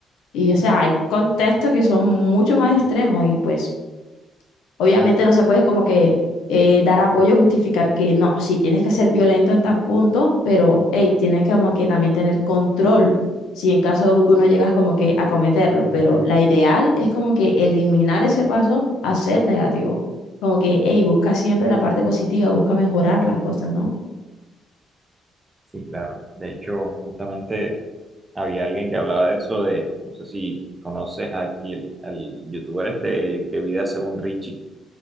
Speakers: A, on the left; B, on the right.
A: Y o sea, hay contextos que son mucho más extremos y pues... Obviamente no se puede como que eh, dar apoyo, justificar que no, sí tienes que ser violento en tan punto, pero hey, tienes que como que también tener control si en caso de alguno llegas como que a cometerlo, pero la ideal es como que eliminar ese paso a ser negativo. Como que, hey, busca siempre la parte positiva, busca mejorar las cosas, ¿no?
B: Sí, claro. De hecho, justamente había alguien que hablaba de eso, de, no sé si conoces aquí el, al youtuber este que vive según Richie.